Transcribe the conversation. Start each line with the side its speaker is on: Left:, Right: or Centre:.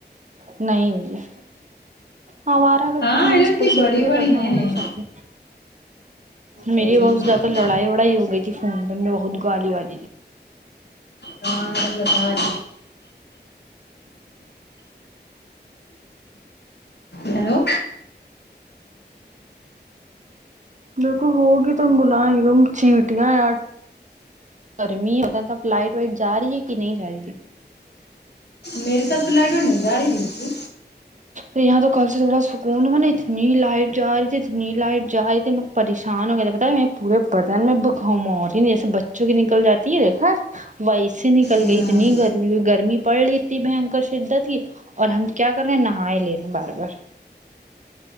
Right: نہیں ہوئی ہے ہاںارہ کر
Left: ہاں اتنی بڑی
Right: مے
Left: بڑی
Right: تب نہ
Left: ہیں
Right: ہو گی شادی میری
Left: ہاں
Right: بہت زیادہ لڑائی وڑائی ہو گئی تھی فون پ میں بہت گالی والی تھی
Left: ہلہ تھاج ہیلو
Right: بالکل ہوگی ت بلائیں تم چیٹیاں ی گرمی ف لائٹ وائٹ جا رہی ہے کہ نہیں جا رہی ہے
Left: میرے تو فلائٹ ہو نہیں گاڑی بلکی
Right: یہاں تو کل سے تھوڑا سکون ہوا نا اتنی لائٹ جا رہی تھی اتنی لائٹ جا رہی تھی پریشان ہو گیا تھا بتا پورے بدن میں بم رہی جیسے بچوں کی نکل جاتی ہے دیکھا ویسے نکل
Left: ہاں
Right: گئی اتنی گرمی گرمی پڑ رہی تھی بنکر شدت کی اور ہم کیا کریں نہاائے لےنے بار بار